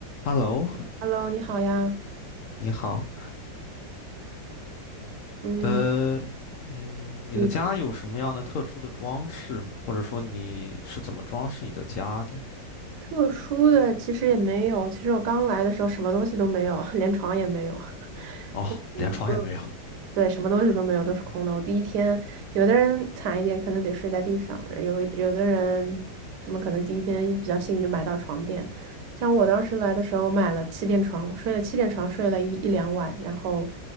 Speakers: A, on the left; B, on the right.
A: Hello，
B: Hello，你好呀。
A: 你好。
B: 嗯，
A: 呃，嗯，你的家有什么样的特殊的装饰吗？
B: 你平
A: 或者说你是怎么装饰你的家的？
B: 特殊的其实也没有。其实我刚来的时候什么东西都没有，<laughs> 连床也没有。<laughs>
A: 哦，连床也没有。
B: 嗯对，什么东西都没有，都是空的。我第一天，有的人惨一点，可能得睡在地上；有有的人，他们可能第一天比较幸运，就买到床垫。像我当时来的时候，我买了气垫床，我睡了气垫床，睡了一一两晚，然后